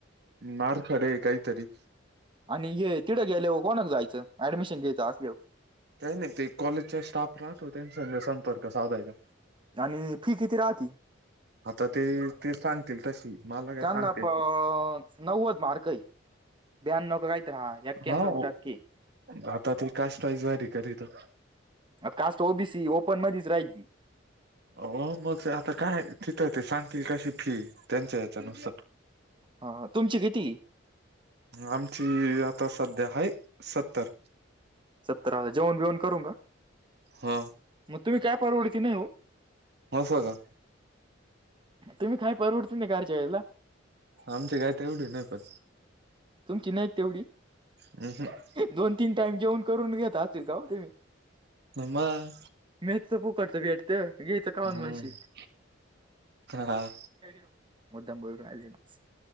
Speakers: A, on the right; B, on the right.
A: मारखडे विकायच काहीतरी?
B: आणि हे तिकडे गेल्यावर कोणाकडे जायचं, ऍडमिशन घ्यायचं असल्यावर?
A: काही नाही ते. कॉलेजचा स्टाफ राहतो. त्यांच्याकडे संपर्क साधायचा.
B: आणि फी किती राहती?
A: आता ते ते सांगतील तशी मला काय
B: त्यांना
A: सांगते
B: पण नव्वद मार्क ये. <unintelligible>
A: हा ओ- आता. ते कास्ट व्हॉस वारी करीतात.
B: आत. कास्ट तर ओ बी सी ओपन मध्येच राहिली.
A: हो मग ते आता काय तिथं ते सांगतील तशी फी, त्यांच्या याच्या नुसार.
B: हा.. तुमची किती?
A: आमची आता सध्या आहे सत्तर
B: सतराव्या जेवण बेवणं करू का?
A: हो.
B: मग तुम्ही काय परवड की नाही हो?
A: असं का?
B: तुम्ही काय? परवडते नाही <unintelligible> कार जेवायला.
A: आमचे काय ते तेवढे नाय पण.
B: तुमची नाहीत तेवढी.
A: हम्म.
B: दोन, तीन टाईम जेवन करून घेत असतील का हो.
A: मग
B: मिळतं फुकटचं भेटतं घेत खाऊन
A: हम्म
B: मग म. शी
A: हा
B: काय नेऊ? मुद्दाम बोलून राहिले तसं.